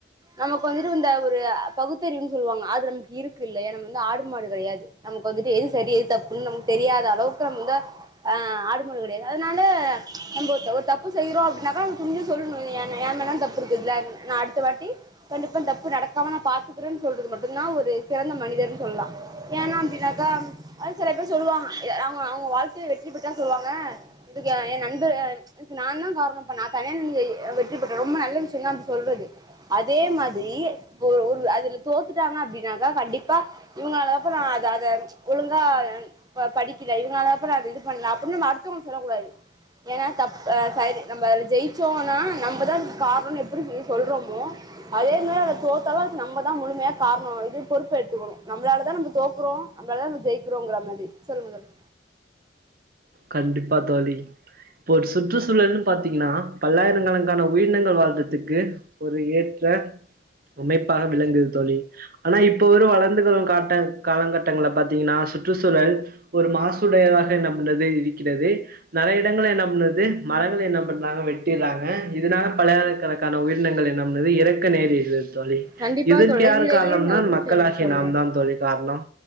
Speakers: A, on the right; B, on the right.
A: நமக்கு வந்துட்டு இந்த ஒரு பகுத்தறிவுன்னு சொல்லுவாங்க அது நமக்கு இருக்கு இல்லயா நம்ம வந்து ஆடு மாடு கெடையாது நமக்கு வந்துட்டு எது சரி எது தப்புன்னு நமக் தெரியாத அளவுக்கு நம் வந்து ஆ ஆடு மாடு கெடையாது அதனால நம்ப ஒரு தப்பு செய்றோ அப்டினாக்கா நம்ம துணிஞ்சு சொல்ணு ஏன் மேல தா தப்பு இருக்கு இதுல நா அடுத்த வாட்டி கண்டிப்பா தப்பு நடக்காம நா பாத்துக்குறன் சொல்றது மட்டுந்தா ஒரு சிறந்த மனிதன்னு சொல்லா ஏனா அப்டின்னாக்கா அது சில பேர் சொல்லுவாங்க அவுங்க அவுங்க வாழ்க்கைல வெற்றி பெற்றான் சொல்வாங்க இதுக்குலா ஏ <unintelligible> இதுக்கு நா தா காரணம் ப்பா நா தனியா நின்னு வெற்றி பெற்றே ரொம்ப நல்ல விஷ்யந்தான் அப்டி சொல்றது அதே மாதிரி ஒரு அதுல தோத்துட்டாங்க அப்டினாக்கா கண்டிப்பா இவுங்களால தாப்ப நா அத அத ஒழுங்கா ப படிக்கில இவுங்களால தாப்பா நா அத இது பண்ல அப்டினு நம்ம அடுத்தவங்ல சொல்லக் கூடாது ஏனா தப் ஆ சரி நம்ப அது ஜெயிச்சோன்னா நம்ப தா கார்ணோ எப்டி <inaudible> சொல்றோமோ அதே மாரி அத தோத்தாலு அதுக் நம்மதா முழுமையா கார்ணோ இது பொறுப்பேத்துக்கணு நம்ளாலதா நம்ம தோக்குறோ நம்ளாதா நம்ப ஜெயிக்கிறோங்ற மாரி சொல்லுங்க தோழி
B: கண்டிப்பா தோழி இப்போ ஒரு சுற்றுச்சூழல்னு பாத்தீங்கனா பல்லாயிரங்கணக்கான உயிரினங்கள் வாழ்றத்துக்கு ஒரு ஏற்ற அமைப்பாக விளங்குது தோழி ஆனா இப்ப வரு வளர்ந்து வரு காட்ட காலங்கட்டங்கள பாத்தீங்கனா சுற்றுச்சூழல் ஒரு மாசுடையதாக என்ன பண்றது இருக்கிறது நறைய இடங்கள் என்ன பண்றது மரங்கள் என்ன பண்றாங்க வெட்டிறாங்க இதனால பலாயிரக்கணக்கான உயிர் இனங்கள் என்ன பண்ணது எறக்க நேரிடு தோழி
A: கண்டிப்பா
B: இதற்கு
A: தோழி
B: யாரு
A: இதுல
B: காரணம்னா
A: இருங்க ஒரு நிமிஷோ
B: மக்களாகிய
A: இருங்க சொல்றே
B: நாம் தா தோழி காரணம்